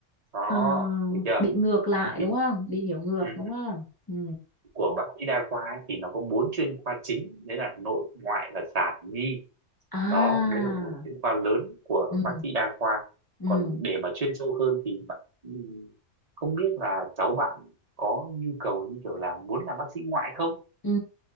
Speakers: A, on the right; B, on the left.
A: đó
B: À,
A: được chưa
B: bị ngược lại
A: thì
B: đúng không? Bị hiểu ngược
A: ừ.
B: đúng không? Ừ.
A: của bác sĩ đa khoa ấy, thì nó có bốn chuyên khoa chính đấy là nội ngoại và sản nhi
B: À,
A: đó đấy là bốn chuyên khoa lớn của
B: ừ,
A: bác sĩ đa khoa
B: ừ,
A: còn để mà chuyên sâu hơn thì bạn- ừm, không biết là cháu bạn có nhu cầu như kiểu là muốn làm bác sĩ ngoại không
B: ừ.